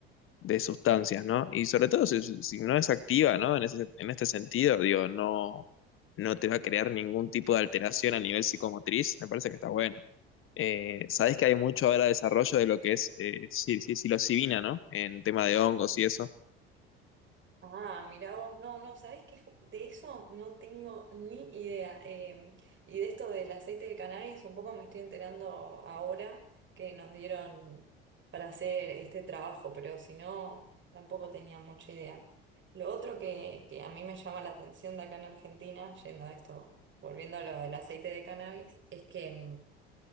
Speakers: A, on the left; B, on the right.
A: de sustancias, ¿no? Y sobre todo si, si no es activa, ¿no? En ese- en este sentido, digo, no, no te va a crear ningún tipo de alteración a nivel psicomotriz, me parece que está bueno. Eh, sabes que hay mucho ahora desarrollo de lo que es eh, sí, sí, psilocibina, ¿no? En tema de hongos y eso.
B: Ah, mira vos, no, no, ¿sabés qué? Ju- De eso no tengo ni idea. eh, y de esto del aceite de cannabis, un poco me estoy enterando ahora que nos dieron para hacer este trabajo, pero si no, tampoco tenía mucha idea. Lo otro que, que a mí me llama la atención de acá en Argentina, yendo a esto, volviendo a lo del aceite de cannabis, es que mm,